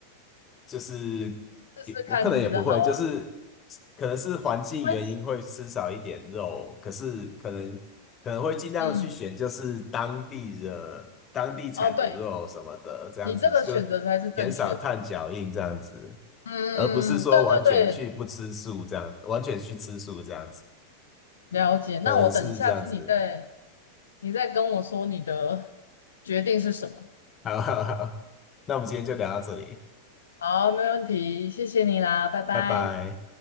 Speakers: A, on the left (about 25°); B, on the left (about 65°).
A: 就是也我可能也不会，
B: 试试看是不是好啊？
A: 就是可能是环境原因会吃少一点肉，
B: 没关系，
A: 可是可能可能会尽量去选就是当地的当地产的肉什么的，
B: 嗯，哦，对，
A: 这样子就
B: 你这个选择才是正确的，
A: 减少碳脚印这样子，
B: 嗯，
A: 而不是说完全去不吃素这样，
B: 对对对，
A: 完全去吃素这样子，
B: 了解。那我等下次你再
A: 可能是这样子。
B: 你再跟我说你的决定是什么。
A: 好好好，那我们今天就聊到这里，
B: 好，没问题，谢谢你啦，拜拜。
A: 拜拜。